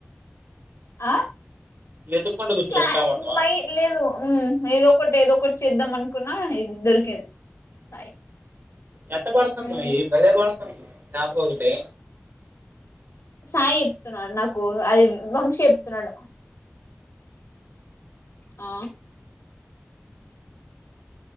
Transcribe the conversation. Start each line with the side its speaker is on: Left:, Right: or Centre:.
Left: ఆ
Right: ఎతుక్కుంటా కూర్చుంటా
Left: క్లా
Right: ఉన్నావ
Left: మై లేదు ఉమ్ ఏదో ఒకటి ఏదో ఒకటి చేద్దాం అనుకున్నా ఇది దొరికింది సాయి.
Right: ఎట్ట పడుతున్నాయి
Left: ఉమ్.
Right: భలే పడుతున్నా తాపకొకటి
Left: సాయి చెప్తున్నాడు నాకు అది వంశీ చెప్తున్నాడు ఆ